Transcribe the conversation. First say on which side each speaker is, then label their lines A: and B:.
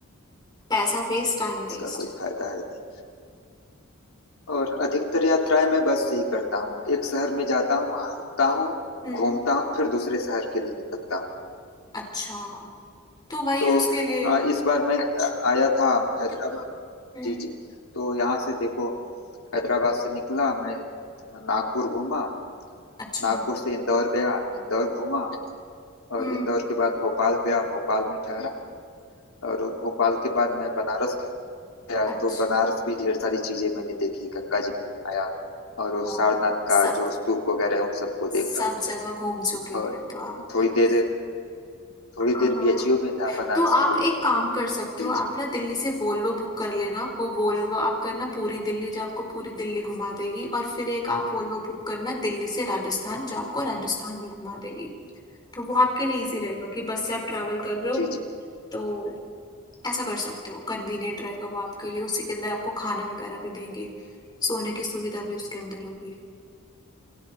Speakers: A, on the left; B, on the left.
A: पैसा वेस्ट टाइम
B: इसका
A: वेस्ट
B: कोई फायदा है नहीं और अधिकतर यात्राएं मैं बस से ही करता हूँ एक शहर में जाता हूँ वहां रुकता हूँ
A: हम्म
B: घूमता हूँ फिर दूसरे शहर के लिए निकलता हूँ
A: अच्छा तो वही
B: तो
A: है उसके लिए
B: अ, इस बार मैं आया था हैदराबाद
A: हम्म
B: जी जी तो यहाँ से देखो हैदराबाद से निकला मैं नागपुर घूमा
A: अच्छा
B: नागपुर से इंदौर गया इंदौर घूमा और
A: हम्म
B: इंदौर के बाद भोपाल गया भोपाल में ठहरा और भोपाल के बाद मैं बनारस गया
A: अच्छा
B: तो बनारस भी ढेर सारी चीजें मैंने देखी गंगा जी में आया और वो
A: ओ
B: सारनाथ का
A: सब
B: जो स्तूप वगैरह है, उन सबको देखा
A: सब जगह घूम चुके हो
B: और
A: फिर तो आप
B: थोड़ी देर थोड़ी
A: हाँ
B: देर
A: हाँ
B: बीएचयू
A: हाँ।
B: में था बनारस
A: तो आप
B: हिंदू विश्वविद्यालय
A: एक काम कर सकते हो
B: जी
A: आप
B: जी
A: ना दिल्ली से वोल्वो बुक कर लेना वो वोल्वो आप करना पूरी दिल्ली जो आपको पूरी दिल्ली घुमा देगी और फिर एक आप वोल्वो बुक करना दिल्ली से राजस्थान जो आपको राजस्थान में घुमा देगी तो वो आपके लिए इजी रहेगा कि बस से आप ट्रैवल कर रहे हो
B: जी जी
A: तो ऐसा कर सकते हो कन्वीनियंट रहेगा वो आपके लिए उसी के अंदर आपको खाना वगैरह भी देंगे सोने की सुविधा भी उसके अंदर होगी